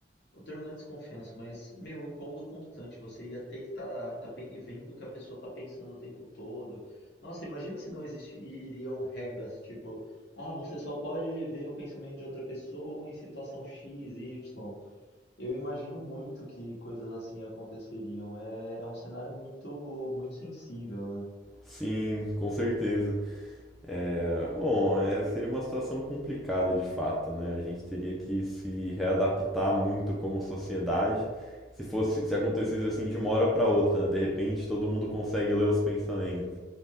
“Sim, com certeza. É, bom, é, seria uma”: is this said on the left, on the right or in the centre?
Centre